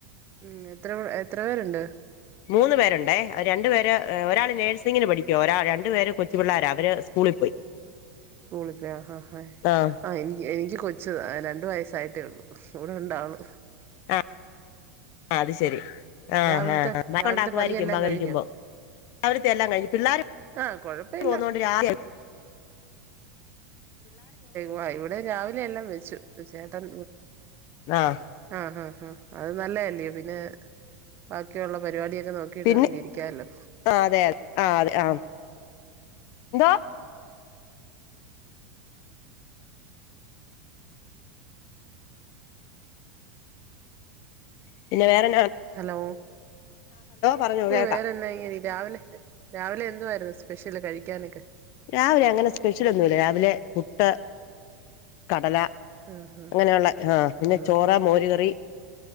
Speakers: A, on the right; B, on the left.
A: ഉം എത്ര എത്ര പേരുണ്ട്?
B: മൂന്നു പേരുണ്ടേ രണ്ടു പേര് ഒരാള് നേഴ്സിങ്ങിന് പഠിക്കുവാ, ഒരാള് രണ്ടുപേരും - കൊച്ചുപിള്ളാരാ അവര് സ്കൂളിൽ പോയി
A: സ്കൂളിൽ പോയി ആഹ് ആഹ്
B: ആഹ്
A: അഹ് എനി എനിക്ക് കൊച്ചു ര രണ്ടു വയസ്സായിട്ടേള്ളു. ഇവിടെ ഉണ്ടാള്
B: ആ അതു ശ ശരി ആ
A: രാവിലത്തെ
B: ആ വഴക്ക്
A: രാവിലത്തെ
B: ക്കൊണ്ടാക്കുമായിരിക്കും
A: പണിയെല്ലാം
B: പകലിരിക്കുമ്പോ
A: കഴിഞ്ഞോ
B: രാവിലത്തെ എല്ലാം കഴിഞ്ഞു പിള്ളേര്
A: ആഹ് കൊഴപ്പ ഇല്ല
B: പോന്നൊണ്ട് രാവിലെ-
A: വ ഇവിടെ രാവിലെ എല്ലാം വെച്ചു. ചേട്ടൻ
B: ആഹ്
A: ആഹ് ഹഹ ആഹ്, അത് നല്ലതേല്ലിയോ പിന്നെ ബാക്കിയുള്ള പരിപാടിയൊക്കെ നോക്കീട്ട്
B: പിന്നെ
A: നമുക്ക് ഇരിക്കാല്ലോ
B: ആഹ് അതെ അതെ ആഹ് അതെ ആഹ് എന്തോ പിന്നെ വേറെ
A: ഹലോ
B: പറഞ്ഞോ
A: ഓ
B: കേക്കാം
A: വേറെന്നാ ഇങ്ങനെ രാവിലെ രാവിലെ എന്തുവായിരുന്നു സ്കൂ സ്പെഷ്യല് കഴിക്കാനൊക്കെ
B: രാവിലെ അങ്ങനെ സ്പെഷ്യൽ ഒന്നുമില്ല രാവിലെ പുട്ട് കടല
A: ആഹ്
B: അങ്ങനെയുള്ള ആഹ് പിന്നെ
A: ആഹ്
B: ചോറ് മോരുകറി